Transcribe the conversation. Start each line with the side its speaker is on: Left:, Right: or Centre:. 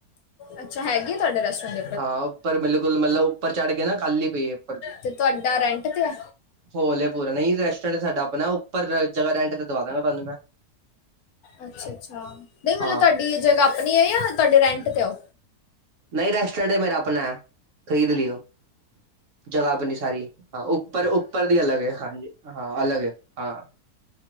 Left: ਅੱਛਾ, ਹੈਗੀ ਆ ਤੁਹਾਡੇ ਰੈਸਟੋਰੈਂਟ।
Right: ਹਾਂ ਉੱਪਰ ਬਿਲਕੁਲ ਮਤਲਬ ਉੱਪਰ ਚੜ੍ਹ ਕੇ ਨਾ ਖਾਲੀ ਪਈ ਹੈ ਉੱਪਰ
Left: ਤੇ ਤੁਹਾਡਾ ਰੈਂਟ ਤੇ ਆ
Right: ਹੋਲੇ ਪੂਰ ਨਹੀਂ, ਰੈਸਟੋਰੈਂਟ ਸਾਡਾ ਆਪਣਾ ਉਪਰ ਜਗ੍ਹਾਹ ਰੈਂਟ ਤੇ ਦਵਾ ਦਵਾਗਾ ਤੁਹਾਨੂੰ ਮੈਂ
Left: ਅੱਛਾ ਅੱਛਾ, ਨਹੀਂ ਮਤਲਬ
Right: ਹਾਂ
Left: ਤੁਹਾਡੀ ਜਗ੍ਹਾਹ ਆਪਣੀ ਐ ਜਾਂ ਤੁਹਾਡੇ ਰੈਂਟ ਤੇ ਓ
Right: ਨਹੀਂ ਰੈਸਟੋਰੈਂਟ ਤੇ ਮੇਰਾ ਆਪਣਾ ਐ ਖਰੀਦ ਲਿਓ ਜਗਾਹ ਆਪਣੀ ਸਾਰੀ, ਹਾਂ ਉੱਪਰ ਉੱਪਰ ਦੀ ਅਲੱਗ ਹੈ ਹਾਂਜੀ ਹਾਂ, ਅਲਗ ਹੈ ਹਾਂ